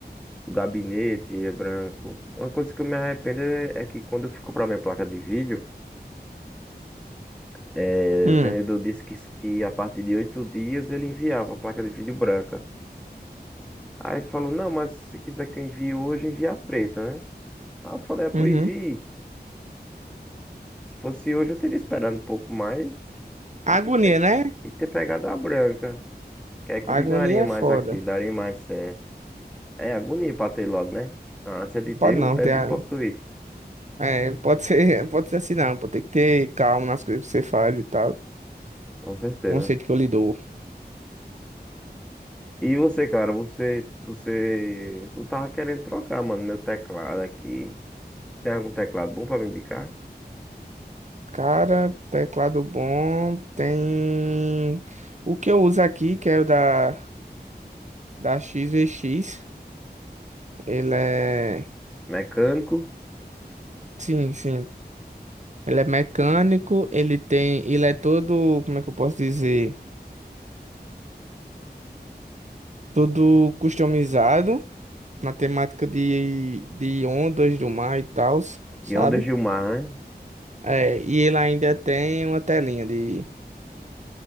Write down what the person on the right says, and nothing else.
Hum.
Uhum.
Agonia,
né?
Agonia
é foda.
Pode não
ter. a-
É, pode ser, <laughs> pode ser assim, não. Pode ter que ter calma nas coisas que você faz e tal.
Conceito que eu lhe dou.
Cara, teclado bom. Tem. O que eu uso aqui, que é o da, da X V X. Ele é.
Sim, sim. Ele é mecânico, ele tem, ele é todo, como é que eu posso dizer? Todo customizado na temática de, de ondas do mar e tal,
sabe?
É, e ele ainda tem uma telinha de.